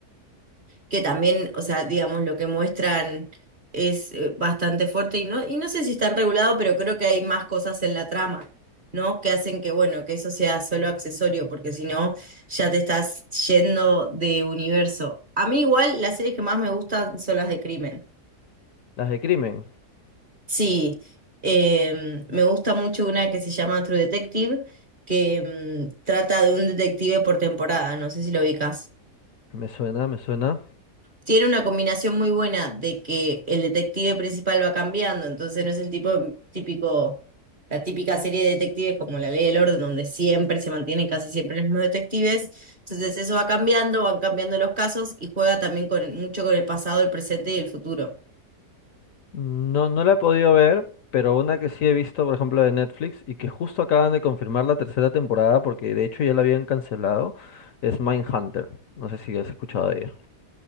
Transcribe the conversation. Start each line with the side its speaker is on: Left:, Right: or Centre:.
Right: que también, o sea, digamos, lo que muestran es eh, bastante fuerte y no, y no sé si están regulados, pero creo que hay más cosas en la trama, ¿no? Que hacen que, bueno, que eso sea solo accesorio, porque si no, ya te estás yendo de universo. A mí igual las series que más me gustan son las de crimen.
Left: Las de crimen.
Right: Sí, eh, me gusta mucho una que se llama True Detective, que mm, trata de un detective por temporada, no sé si lo ubicas.
Left: Me suena, me suena.
Right: Tiene una combinación muy buena de que el detective principal va cambiando, entonces no es el tipo típico, la típica serie de detectives como La Ley del Orden, donde siempre se mantienen casi siempre los mismos detectives. Entonces eso va cambiando, van cambiando los casos y juega también con, mucho con el pasado, el presente y el futuro.
Left: No, no la he podido ver, pero una que sí he visto, por ejemplo, de Netflix y que justo acaban de confirmar la tercera temporada porque de hecho ya la habían cancelado, es Mindhunter. No sé si has escuchado de ella.